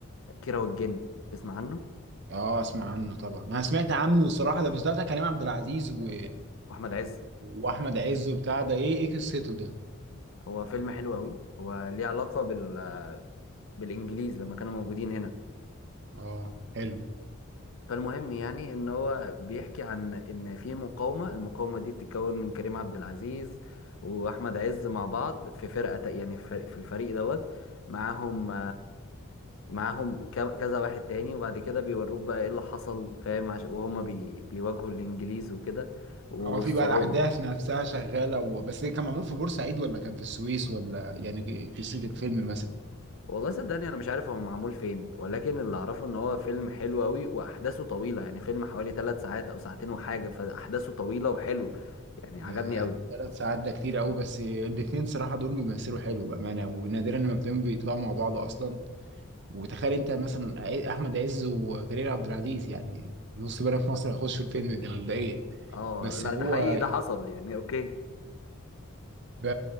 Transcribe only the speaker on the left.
كيرة والجن تسمع عنه
واحمد عز
هو فيلم حلو قوي هو ليه علاقه بال... بالانجليز لما كانوا موجودين هنا
فالمهم يعني ان هو بيحكي عن ان في مقاومه المقاومه دي بتتكون من كريم عبد العزيز واحمد عز مع بعض في فرقه يعني في الفريق دوت معاهم معاهم ك- كذا واحد تاني وبعد كده بيوروك بقى ايه اللي حصل فاهم عش... وهما بي... بيواجهوا الانجليز وكده والصعوبة
والله صدقني انا مش عارف هو معمول فين ولكن اللي اعرفه ان هو فيلم حلو قوي واحداثه طويلة يعني فيلم حوالي ثلاث ساعات او ساعتين وحاجة فاحداثه طويلة وحلو يعني عجبني
قوي
اه
لا
ده حقيقي ده حصل يعني اوكي